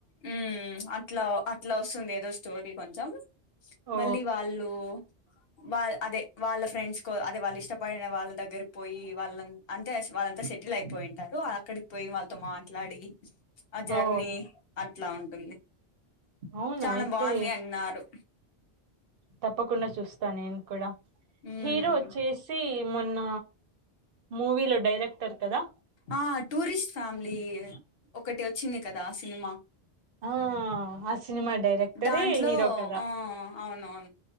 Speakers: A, on the left; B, on the right.
A: మ్మ్ అట్లా అట్లా వస్తుంది ఏదో స్టోరీ కొంచెం
B: ఓ
A: మళ్ళీ వాళ్ళు వాళ్ అదే వాళ్ళ ఫ్రెండ్స్ కో అదే వాళ్ళు ఇష్టపడిన వాళ్ళ దగ్గరి పోయి వాళ్ళ అంటే వాళ్ళంతా సెటిల్ అయిపోయింటారు అక్కడికి పోయి వాళ్ళతో మాట్లాడి ఆ జర్నీ
B: ఓ
A: అట్లా ఉంటుంది
B: అవునా
A: చానా
B: అయితే
A: బాగుంది అన్నారు
B: తప్పకుండా చూస్తా నేను కూడా
A: మ్మ్
B: హీరో వచ్చసి మొన్న మూవీలో డైరెక్టర్ కదా
A: ఆ టూరిస్ట్ ఫ్యామిలీ ఒకటి వచ్చింది కదా సినిమా
B: ఆ ఆ సినిమా డైరెక్టరే
A: దాంట్లో
B: హీరో కదా
A: ఆ అవునవును